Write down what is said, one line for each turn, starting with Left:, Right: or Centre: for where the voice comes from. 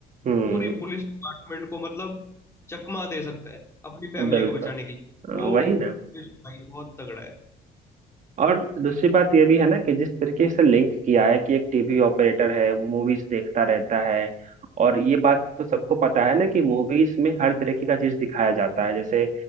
Right: हम्म
Left: पूरी पुलिस डिपार्टमेंट को मतलब चकमा दे सकता है अपनी फैमिली
Right: बिल्कुल
Left: को बचाने के लिए
Right: हाँ,
Left: वो
Right: वही ना
Left: twist भाई बहुत तगड़ा है
Right: और दूसरी बात यह भी है ना कि जिस तरीके से लिंक किया है कि एक टीवी ऑपरेटर है वो मूवीज देखता रहता है और ये बात तो सबको पता है ना कि मूवीज में हर तरीके का चीज दिखाया जाता है जैसे